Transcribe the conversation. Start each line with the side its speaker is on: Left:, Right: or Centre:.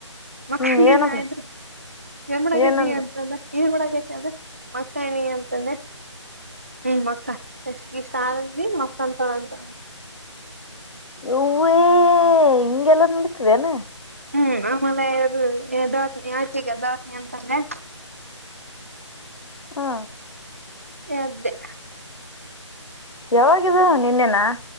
Right: <unintelligible>
Left: ಹ್ಮ್ ಏನಂದ
Right: ಅದ್ರಿ ಎನ್ಮಡಕತಿಯ
Left: ಏನಂದ
Right: ಅಂತಂದ ಏನ್ಮಾಡಕತಿಯ ಅಂದ ಮಕ್ಕಾಣಿ ಅಂತಂದೆ ಹ್ಮ್ ಮಕ್ಕ ಎಷ್ಟಿಷ್ಟಾರ್ವಿ ಮಕ್ಕತಳಂತ
Left: ಯವ್ವಾ ಹಿಂಗೆಲ್ಲ ನಡತದೇನು
Right: ಹ್ಮ್ ಆಮೇಲೆ ಅದು <unintelligible> <unintelligible> ಅಂತಂದೆ
Left: ಹಾ
Right: ಎದ್ದೆ
Left: ಯಾವಾಗಿದು ನೆ ನ್ನೆನಾ